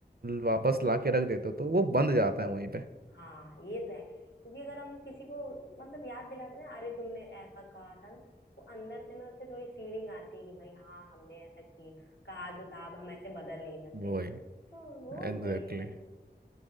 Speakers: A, on the right; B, on the left.
A: वापस ला के रख देते हो, तो वो बंद जाता है वहीं पे
B: हाँ ये तो है क्योंकि अगर हम किसी को मतलब याद दिलाते हैं अरे तुमने ऐसा कहा था ना तो अंदर से ना उससे थोड़ी फीलिंग आती है कि भाई हाँ हमने ऐसा किया कहा तो था अब हम ऐसे बदल नहीं सकते
A: वही
B: तो वो
A: Exactly
B: बढ़िया
A: exactly.
B: है